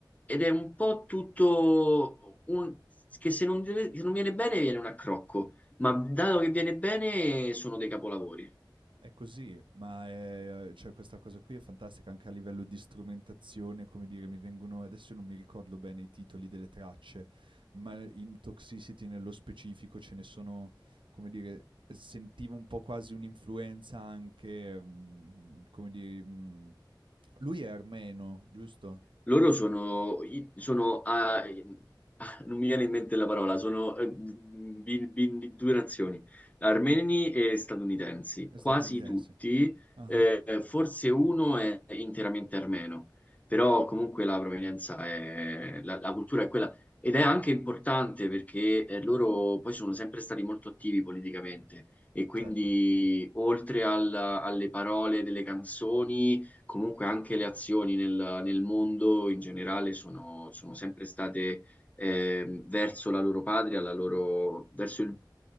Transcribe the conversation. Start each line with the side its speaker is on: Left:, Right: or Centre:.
Left: ed è un po' tutto un- che se non, deve- se non viene bene viene un accrocco, ma dato che viene bene sono dei capolavori.
Right: È così, ma è eh, cioè questa cosa qui è fantastica anche a livello di strumentazione, come dire, mi vengono adesso non mi ricordo bene i titoli delle tracce, ma in Toxicity nello specifico ce ne sono, come dire, sentivo un po' quasi un'influenza anche, mhmm, come dire, mhmm, lui è armeno, giusto?
Left: Loro sono, i- sono ah, eh, ah, non mi viene in mente la parola, sono eh, bi- bi- due nazioni, armeni e statunitensi,
Right: È
Left: quasi
Right: statunitense.
Left: tutti,
Right: Ah-ah,
Left: eh, forse uno è interamente armeno, però comunque la provenienza è, la, la cultura è quella ed è anche importante perché eh, loro poi sono sempre stati molto attivi politicamente e quindi
Right: certo,
Left: oltre alla- alle parole delle canzoni comunque anche le azioni nel, nel mondo in generale sono, sono sempre state eh, verso la loro patria, la loro, verso il,